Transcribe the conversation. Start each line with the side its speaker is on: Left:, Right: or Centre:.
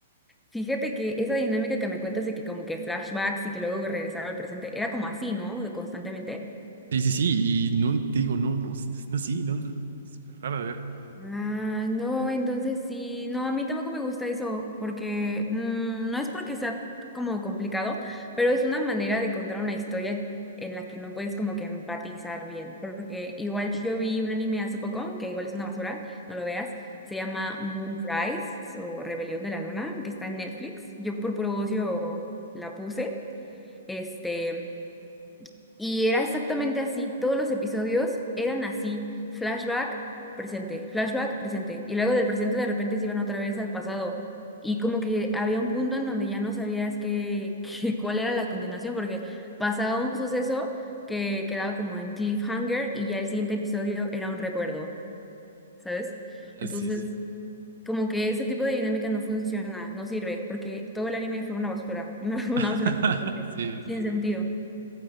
Centre: Fíjate que esa dinámica que me cuentas de que como que flashbacks y que luego regresaba al presente, era como así, ¿no? De constantemente.
Right: Sí, sí, sí, y no te digo, no, no, no, sí, no, no, no, es súper rara de ver.
Centre: Ah, no, entonces sí, no, a mí tampoco me gusta eso, porque mm, no es porque sea como complicado, pero es una manera de contar una historia en la que no puedes como que empatizar bien, porque igual yo vi un anime hace poco, que igual es una basura, no lo veas, se llama Moonrise o Rebelión de la Luna, que está en Netflix, yo por puro ocio la puse, este... Y era exactamente así, todos los episodios eran así, flashback, presente, flashback, presente. Y luego del presente de repente se iban otra vez al pasado. Y como que había un punto en donde ya no sabías qué, <laughs> qué- cuál era la continuación, porque pasaba un suceso que quedaba como en cliffhanger y ya el siguiente episodio era un recuerdo, ¿sabes?
Right: Ah,
Centre: Entonces,
Right: sí, sí.
Centre: como que ese tipo de dinámica no funciona, no sirve, porque todo el anime fue una basura, <laughs> una, una
Right: <laughs>
Centre: basura completa,
Right: Sí,
Centre: sin
Right: me imagino.
Centre: sentido.